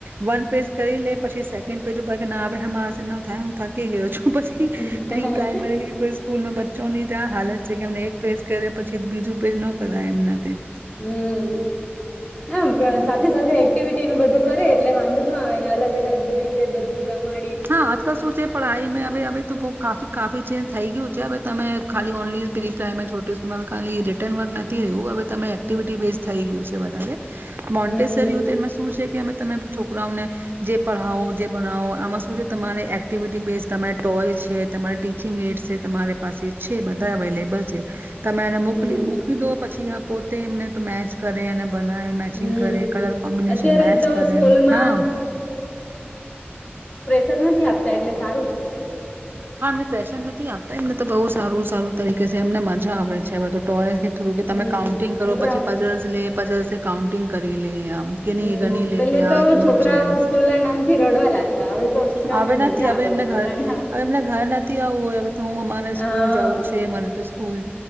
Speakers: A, on the right; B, on the left.
A: વન પેજ કરી લે પછી સેકન્ડ પેજ કે નાે હમા સ ન થાય હું થ કે ગયો છું. પછી
B: હમ
A: પ્રી પ્રાઈમરી કોઈ સ્કૂલ ન બચ્ચો ની ત્યાં હાલત છે કે એમને એક પ્રેસ કરે પછી બીજું પેજ ન કરાય એમનાથી
B: હમ ના પણ સાથે સાથે એક્ટિવિટી નું બધું કરે એટલે વાંધો ન આવેને અલગ અલગ રીતે બધું રમા
A: હા આજકાલ શું છે પઢાઈ મે હવે-હવે તો બૌં કાફી-કાફી ચેન્જ થઈ ગયું છે હવે તમે ખાલી ઓનલી પ્રિ પ્રાઈમે છોટી સ્કૂલમાં ખાલી રિટર્ન વર્ક નથી રહ્યું હવે તમે એક્ટિવિટી બેઝ થઈ ગયું છે વધારે મોન્ટેસરય
B: હમ
A: તો એમાં શું છે કે અમે તમે છોકરાઓને જે પઢાવો જે બનાાવો આમાં સૂં શું છે તમારે એક્ટિવિટી બેઝ તમારે ટોય છે તમારી ટી <unintelligible> સે તમારે પાસે છે બધા અવેલેબલ છે તમે એને મોકલી
B: હમ
A: મૂકી દો પછી આ પોતે એમને મેચ કરે અને બનાય મેચિંગ
B: હમ
A: કરે કલર કોમ્બિનેશન
B: અત્યારે
A: મેચ
B: તો
A: કરે
B: સ્કૂલમાં
A: એમ, હા
B: શર નથી આપતા એટલે સારું છે
A: હા એમને પ્રેશર નથી આપતા એમને તો બહુ સારું-સારું તરીકે છે એમને મજા આવડે છે હવે તો ટોય થોડૂ કે
B: હમ
A: તમે કાઉન્ટિંગ કરો
B: છોકરાઓ
A: પછી પજસ લે પ જલસે કાઉન્ટિંગ કરી લે આમ આ કે
B: હમ્મ
A: ની ગણી લે
B: પેલે
A: કે
B: તો
A: એનું
B: છોકરાઓ
A: છે
B: સ્કૂલ ના નામ થી રડવા લાગતા હવે તો છોકરાઓને
A: હવે
B: મજા
A: નથી હવે
B: આવે
A: એમને
B: સ્કૂલ
A: ઘર
B: ના નામ
A: હવે એમને ઘર નથી આવવું હોય હવે તો હું અમારે
B: હા
A: સ્કૂલ જઉું છે મને તો ફૂલ.